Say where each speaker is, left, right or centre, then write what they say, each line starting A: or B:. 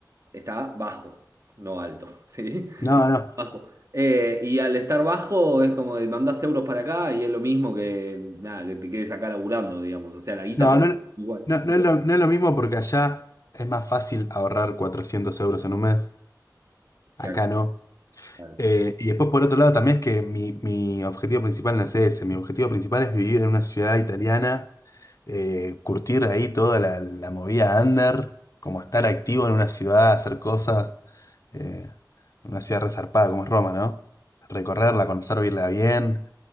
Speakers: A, on the right; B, on the left.
A: está bajo, no alto, <laughs> ¿sí?
B: no, no.
A: Bajo. Eh, y al estar bajo es como de mandás euros para acá y es lo mismo que nada, que te quedes acá laburando, digamos. O sea, la guita
B: No,
A: te va
B: no,
A: a dar igual
B: no, no es lo, no es lo mismo porque allá es más fácil ahorrar 400 euros en un mes, acá
A: que acá.
B: no.
A: Claro,
B: Eh, y después por otro lado también es que mi, mi objetivo principal no es ese, mi objetivo principal es vivir en una ciudad italiana, eh, curtir ahí toda la, la movida under, como estar activo en una ciudad, hacer cosas, eh, una ciudad resarpada como es Roma, ¿no? Recorrerla, conocer, vivirla bien,